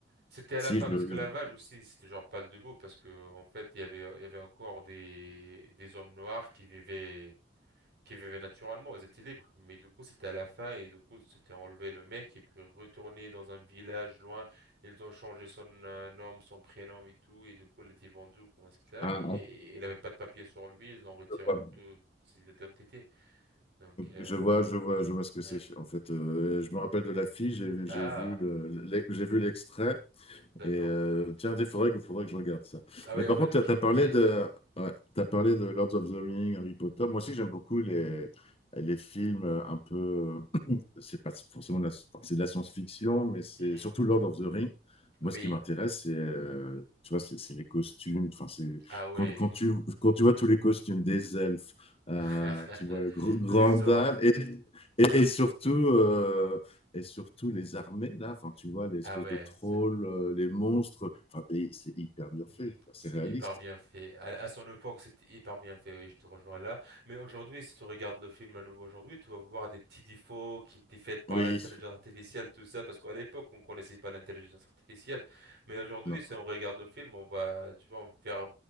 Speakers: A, on the right; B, on the left.
A: C'était à
B: Si,
A: la fin
B: je
A: de
B: me.
A: l'esclavage
B: je-
A: aussi, c'était genre pas le debout parce que en fait il y avait il y avait encore des des hommes noirs qui vivaient qui vivaient naturellement, elles étaient libres. Mais du coup, c'était à la fin et du coup, c'était enlevé le mec et puis retourné dans un village loin. Ils ont changé son euh, nom, son prénom et tout. Et du coup, il était vendu comme esclave
B: Ah,
A: et, et
B: en fait,
A: il n'avait pas de papier sur lui. Ils l'ont retiré
B: je vois.
A: de toute ses identités. Donc, euh,
B: Je vois, je vois, je vois ce que
A: euh,
B: c'est. En fait, euh, je me rappelle de la fille, j'ai vu,
A: ah,
B: j'ai vu le- l'e- j'ai vu l'extrait.
A: d'accord.
B: Et euh, tiens, il faudrait, que- faudrait que je regarde ça.
A: Ah oui,
B: Et par
A: honnêtement,
B: contre,
A: je
B: tu
A: te
B: as, parlé
A: conseille.
B: de, ouais, t'as parlé de Lord of the Rings, Harry Potter. Moi aussi, j'aime beaucoup les, les films euh, un peu. <clears throat> C'est pas forcément de la, enfin, c'est de la science-fiction, mais c'est
A: Mhm.
B: surtout Lord of the Rings.
A: Oui.
B: Moi, ce qui m'intéresse, c'est euh, tu vois, c'est c'est les costumes. Enfin, c'est
A: Ah ouais.
B: quand, quand tu quand tu vois tous les costumes des elfes, euh,
A: <laughs>
B: tu vois le gr- Grandal
A: Les ors.
B: et, et, et surtout euh, et surtout les armées, là, enfin, tu vois, les espèces
A: Ah ouais.
B: de trolls,
A: c'est
B: euh, les monstres, enfin, et c'est hyper bien
A: Hmm,
B: fait, quoi,
A: c'est
B: c'est réaliste.
A: hyper bien fait. À, à son époque, c'était hyper bien fait, oui, je te rejoins là. Mais aujourd'hui, si tu regardes le film à nouveau aujourd'hui, tu vas voir des petits défauts qui étaient faits par
B: Oui,
A: l'intelligence artificielle, tout ça, parce qu'à l'époque, on connaissait pas l'intelligence artificielle. Mais aujourd'hui,
B: non,
A: si on regarde le film, on va, tu vois, on va faire,